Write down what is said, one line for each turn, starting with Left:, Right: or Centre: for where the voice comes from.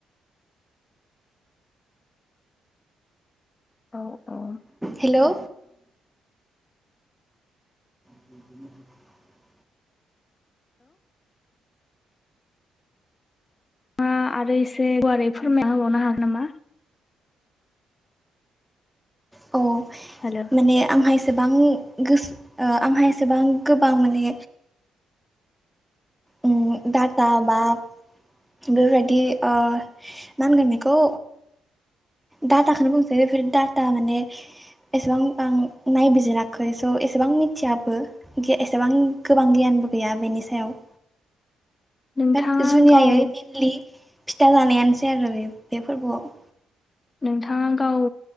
Left: औ औ
Centre: हेलौ <unintelligible>
Left: मा आरो एसे गुवारै फोरमायना होबावनो हागोन नामा
Centre: औ
Left: हेल
Centre: माने आंहा एसेबां गोसो आंहा एसेबां गोबां माने ओम डाटा बा बेफोरबायदि ओ मा होनगोन बेखौ डाटाखौनो बुंसै बेफोर डाटा माने एसेबां आं नायबिजिराखै स' एसेबां मिथियाबो एसेबां गोबां गियानबो गैया बेनि सायाव
Left: नोंथाङा
Centre: बाट जुनियायै
Left: गाव
Centre: मेइेनलि फिथा जानायानोसै आरो बे फोरबोआव
Left: नोंथाङा गाव